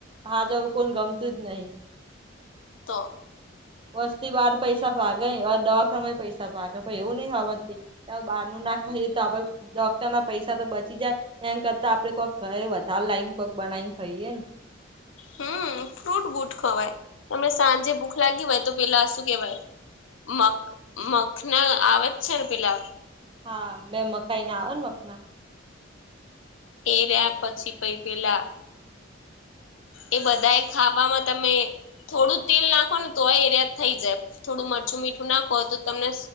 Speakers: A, on the right; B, on the left.
A: હા જવ કોણ ગમતું જ નહી
B: તો
A: વસ્તી બાર પૈસા ભાગે દખ ય પૈસા ભાગે એવું નહી સમજતી બહાર ન ના ખાઈએ તો આપે ડોક્ટર ના પૈસા તો બચી જાય એમ કરતા આપડે કોઈક ઘરે તાલ લાઈન કોક બનાવીને ખાઈએ ને
B: હમ ફ્રૂટ બૂટ ખવાય તમને સાંજે ભૂખ લાગી હોય તો પેલા શું કેવાય મખ મખન આવે જ છે ને પિલા
A: હા બે મકાઈ ના આવે ને મકના
B: એ રહ્યા પછી પ પેલા એ બધા એ ખાવાવામાં તમે. થોડું તેલ નાખો ને તો એરિયા થઈ જાય થોડું મરચું મીઠું નાખો હોય તો તમને